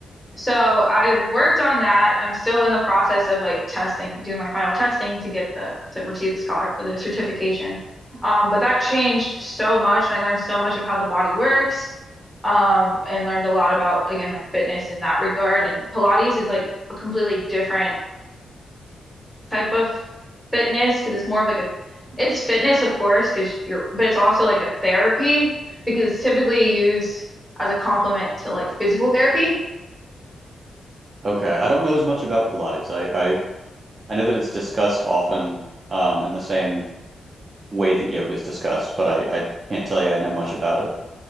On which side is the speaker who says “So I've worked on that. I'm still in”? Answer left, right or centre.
Centre